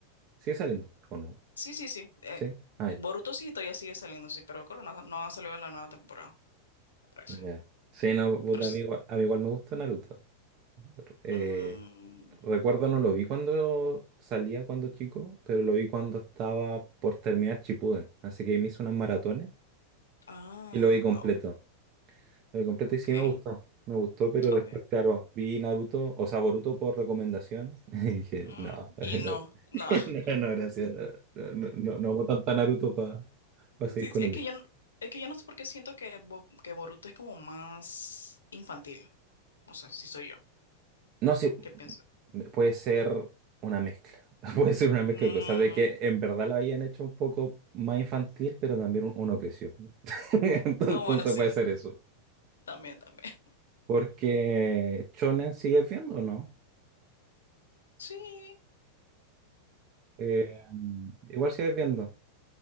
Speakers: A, on the right; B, on the left.
A: ¿Sigue saliendo? ¿O no?
B: Sí, sí, sí. Eh,
A: ¿Sí? Ah,
B: Boruto
A: ya.
B: sí todavía sigue saliendo, sí, pero creo que no, no ha salido la nueva temporada, me parece.
A: Ya. Sí, no, puta,
B: Pero sí.
A: a mí, igual a mí igual me gusta Naruto. Eh,
B: Mm,
A: recuerdo, no lo vi cuando salía cuando chico, pero lo vi cuando estaba por terminar Shippuden. Así que ahí me hice unas maratones
B: ah,
A: y lo vi completo.
B: wow.
A: Lo vi completo
B: Ok.
A: y sí me gustó. Me gustó, pero
B: Ok.
A: después, claro, vi Naruto, o sea, Boruto por recomendación <laughs> y dije,
B: Mm,
A: no, <laughs>
B: y no,
A: no,
B: no.
A: <laughs>
B: <laughs>
A: no, no, gracias. No, no, no, no amo tanto a Naruto para seguir
B: Sí,
A: con
B: sí, es
A: él.
B: que yo, no- es que yo no sé por qué siento que, Bo- que Boruto es como más infantil. No sé si soy yo.
A: No sé,
B: ¿Qué pienso?
A: puede ser una mezcla. <laughs> Puede ser una mezcla
B: Mm,
A: de cosas, de que en verdad lo hayan hecho un poco más infantil, pero también un- uno creció. <laughs> Entonces
B: ah, bueno, sí.
A: puede ser eso.
B: También, también.
A: Porque Shonen sigues viendo, o ¿no?
B: <laughs> Sí.
A: Eh, igual sigues viendo.